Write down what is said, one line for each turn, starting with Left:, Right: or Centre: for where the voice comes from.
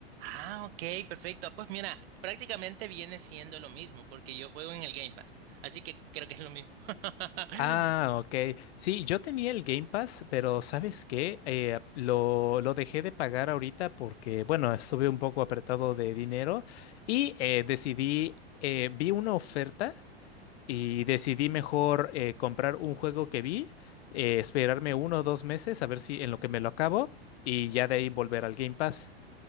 Right: Ah, ok, perfecto. Pues mira, prácticamente viene siendo lo mismo, porque yo juego en el Game Pass, así que creo que es lo mismo. <laughs>
Left: Ah, ok. Sí, yo tenía el Game Pass, pero ¿sabes qué? Eh, lo, lo dejé de pagar ahorita porque, bueno, estuve un poco apretado de dinero y eh, decidí, eh, vi una oferta. Y decidí mejor eh, comprar un juego que vi, eh, esperarme uno o dos meses a ver si en lo que me lo acabo y ya de ahí volver al Game Pass.